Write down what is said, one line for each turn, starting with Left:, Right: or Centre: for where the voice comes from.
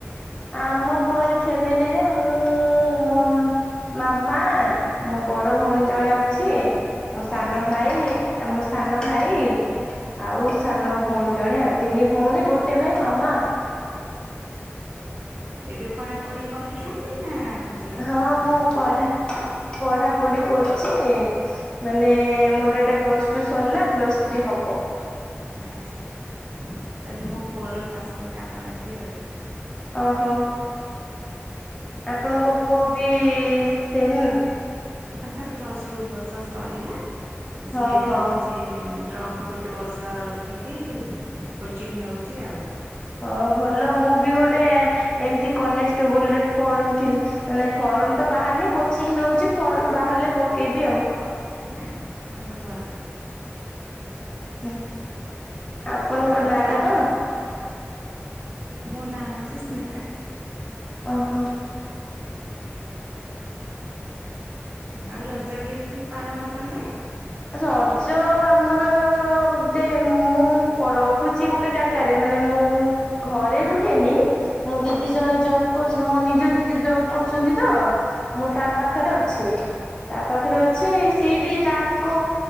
Left: ଆମ ପରି ଫ୍ୟାମିଲିରେ ମୁଁ ମ ମାମା ମୋ ବଡ ଭଉଣୀ ଜଣେ ଅଛି ମୋ ସାନ
Right: ଆଜ୍ଞା
Left: ଭାଇ। ଆମ ସାନ ଭାଇ ଆଉ ସାନ ଭଉଣୀ ଜଣେ ଆଉ ତିନି ଭଉଣୀ ଗୋଟେ ଟେ ଭାଇ ମାମା
Right: ଏବେ ପଢା ପଢି କରୁଛନ୍ତି ନା?
Left: ହଁ
Right: ଘରେ
Left: ମୁଁ ପଢା ପଢାପଢି କରୁଛି। ମାନେ ମୋର ଏଇଟା ପ୍ଲସ ଟୁ ସରିଲା ପ୍ଲସ୍ ଥ୍ରୀ ହବ।
Right: ଆଛା। ତାହେଲେ ମୋ ପୁଅର କ୍ଲାସମେଟ ଆପଣ ହେବେ ଆଉ।
Left: ଓହୋ ଆପଣଙ୍କ ପୁଅ ବି ସେମ
Right: ଆ ତାର ପ୍ଲସ ଟୁ ବର୍ଷ ସରିଲା। ସେ
Left: ହଁ ହଁ
Right: ହଉଛି ଡ୍ରପ ଗୋଟେ ଗୋଟେ ବର୍ଷ ରଖିକି କୋଚିଂ ନଉଛି ଆଉ।
Left: ହଁ ଭଲ ମୁଁ ବି ଗୋଟେ ଏମିତି କନେଷ୍ଟେବୁଲ ରେ ଫର୍ମ ଫ ମାନେ ଫର୍ମ ତ ବାହାରନି କୋଚିଂ ନଉଛିି ଫର୍ମ ବାହାରିଲେ ପକେଇବି ଆଉ।
Right: ଆଜ୍ଞା। ଭଲ ଭଲ।
Left: ହଁ ହଁ ଆପଣଙ୍କ
Right: ଆଉ
Left: ନାଁ
Right: ର
Left: ଟା କଣ?
Right: ମୋ ନାଁ ହଉଛି ସ୍ମିତା।
Left: ଓହୋ।
Right: ଆଉ ରଜ କେମିତି ପାଳନ କଲେ?
Left: ରଜ ଆମର ତେ ମୁଁ ରହୁଛି ଗୋଟେ ଜାଗାରେ ମାନେ ମୁଁ ଘରେ ରୁହେନି ମୁଁ ଦିଦି ଜଣେ ଜବ କର ମୋ ନିଜ ଦିଦି ଜବ୍ କରୁଛନ୍ତି ତ ମୁଁ
Right: ଆଜ୍ଞା
Left: ତା ପାଖରେ ଅଛି। ତା ପାଖରେ ଅଛେ ସେଇଠି ତାଙ୍କ